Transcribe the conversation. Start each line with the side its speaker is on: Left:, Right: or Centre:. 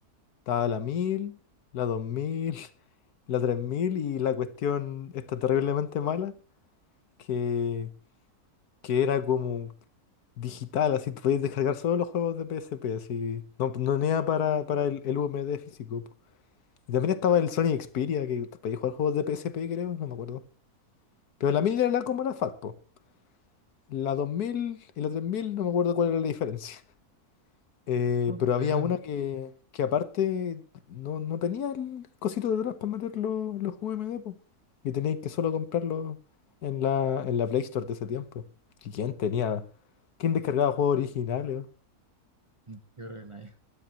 Left: Está la 1000, la 2000, <laughs> la 3000 y la cuestión está terriblemente mala, que, que era como digital, así tú puedes descargar solo los juegos de PSP, así. No, no nada para, para el, el UMD físico. po. Y también estaba el Sony Xperia, que te podías jugar juegos de PSP, creo, no me acuerdo. Pero la 1000 era la como la FAT, po. La 2000 y la 3000 no me acuerdo cuál era la diferencia. <laughs> Eh,
Right: No
Left: pero
Right: sé.
Left: había una que, que aparte no, no tenía el cosito de atrás para meter los, los UMD, po. Y teníais que solo comprarlo en la, en la Play Store de ese tiempo. ¿Y quién tenía? ¿Quién descargaba juegos originales?
Right: Yo creo que nadie.